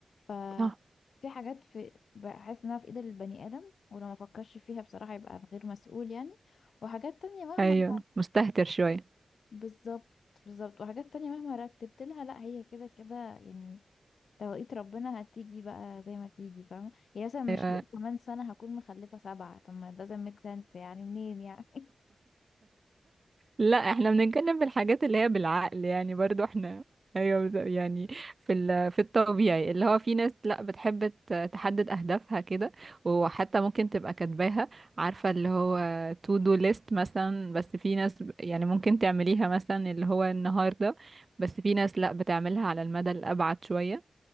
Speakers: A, on the left; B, on the right.
A: ف
B: صح
A: في حاجات في بحس انها في ايد البني ادم ولو ما فكرش فيها بصراحة يبقى غير مسؤول يعني وحاجات تانية مهما
B: ايوه مستهتر شوية
A: بالظبط بالظبط وحاجات تانية مهما رتبت لها لا هي كده كده يعني توقيت ربنا هتيجي بقى زي ما تيجي فاهمة يعني مثلا مش
B: ايوه
A: هقول كمان سنة هكون مخلفة سبعة طب ما doesn't make sense يعني منين يعني
B: لا احنا بنتكلم في الحاجات اللي هي بالعقل يعني برضو احنا ايوه بز- يعني في ال- في الطبيعي اللي هو في ناس لا بتحب ت- تحدد اهدافها كده وحتى ممكن تبقى كاتباها عارفه اللي هو تو دو ليست مثلا بس في ناس ب- يعني ممكن تعمليها مثلا اللي هو النهارده بس في ناس لا بتعملها على المدى الابعد شويه